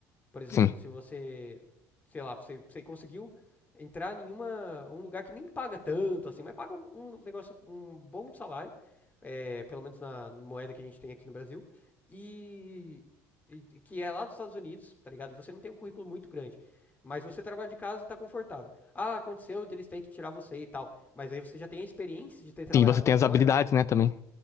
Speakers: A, on the left; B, on the left.
A: Por exemplo,
B: Sim.
A: se você, sei lá, você, você conseguiu entrar em uma, um lugar que nem paga tanto assim, mas paga um, um negócio, um bom salário, é, pelo menos na moeda que a gente tem aqui no Brasil, e, e que é lá dos Estados Unidos, tá ligado? E você não tem um currículo muito grande. Mas você trabalha de casa e tá confortável. Ah, aconteceu, eles têm que tirar você e tal. Mas aí você já tem a experiência de ter trabalhado
B: Sim, você
A: lá
B: tem
A: fora,
B: as habilidades, né, também.